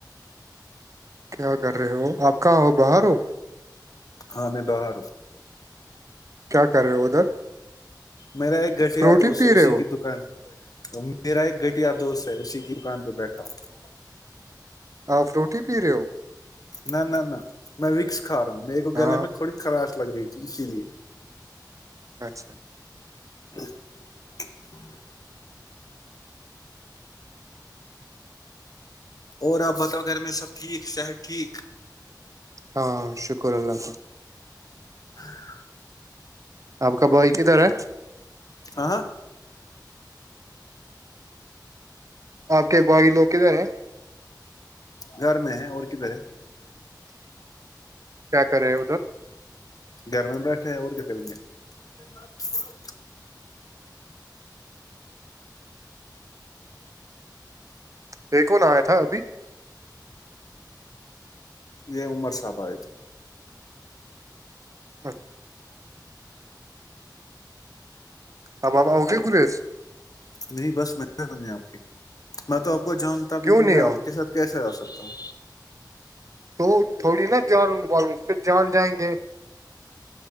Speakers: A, on the right (about 45°); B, on the left (about 55°).
A: کیا کر رہے ہو آپ کہاں ہو باہر ہو
B: ہاں میں بر
A: کیا کر رہے ہو ادھر
B: میرا ایک گھٹیا
A: فروٹی
B: دوست
A: پی
B: ہے اسی
A: رہے ہو
B: کی دکان سے میرا ایک گھٹیا دوست ہے اسی کی دکان پہ بیٹھا ہوں
A: ہاں فروٹ ہی پی رہے ہو
B: نہ نہ نہ میں وکس کھا رہا ہوں میرے کو
A: ہاں
B: گلے میں تھوڑی خراش لگ رہی تھی اسی لیے
A: اچھا
B: ہ اور آپ بتاؤ گھر میں سب ٹھیک صحت ٹھیک
A: ہاں شکر اللہ
B: ہاں
A: آپ کا بھائی کدھر ہے
B: آ ہاں
A: آپ کے باغی لوگ کدھر ہیں
B: گھر میں ہے اور کدھر ہے
A: کیا کرے ہیں ادھر
B: گھر میں بیٹھے ہیں اور کیا کریں گے ج
A: ایک کون آیا تھا ابھی
B: یہ عمر صاحب ہے تھے
A: اچھا آ بابا او گے گریس
B: نہیں بس من ہے آپ کی میں تو آپ کو جانتا
A: کیوں
B: بھی نہیں میں آپ
A: آؤ گے؟
B: کے ساتھ کیسے آ سکتا ہوں
A: تو تھوڑی نا جان ب اس پ جان جائیں گے